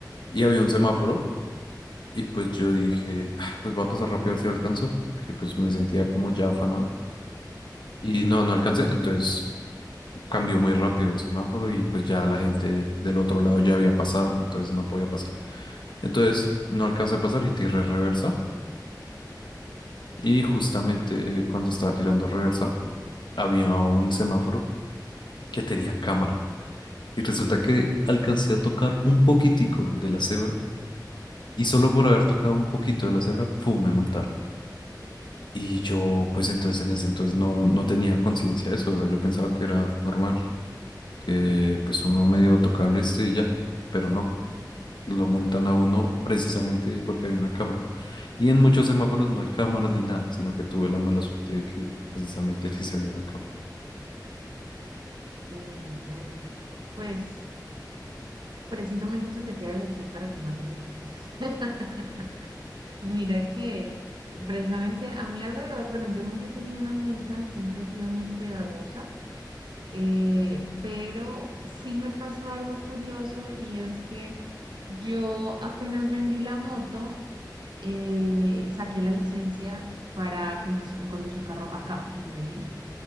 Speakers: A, on the left; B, on the right.
A: Y había un semáforo, y pues yo dije, "Ah, pues voy a pasar rápido a ver si lo alcanzo, porque pues me sentía como ya afanado. Y no, no alcancé, entonces cambió muy rápido el semáforo y pues ya la gente del otro lado ya había pasado, entonces no podía pasar. Entonces no alcancé a pasar y tiré reversa. Y justamente eh, cuando estaba tirando reversa había un semáforo que tenía cámara. Y resulta que alcancé a tocar un poquitico de la cebra y solo por haber tocado un poquito de la cebra, ¡pum!, me multaron. Y yo, pues entonces en ese entonces no, no tenía conciencia de eso, o sea, yo pensaba que era normal, que pues uno medio tocaba el este y ya, pero no. lo multan a uno precisamente porque había una cámara. Y en muchos semáforos no hay cámaras ni nada, sino que tuve la mala suerte de que precisamente en ese había una cámara.
B: Uy, bueno, pues precisamente eso te queda de lección para que no hagas esas cosas. <laughs> Mira que precisamente a mi alrededor, bueno, yo nunca he tenido una multa, siempre he sido muy cuidadosa. Eh, pero sí me pasó algo curioso y es que yo apenas vendí la moto, eh, saqué la licencia para condici- conducir carro acá en Medellín.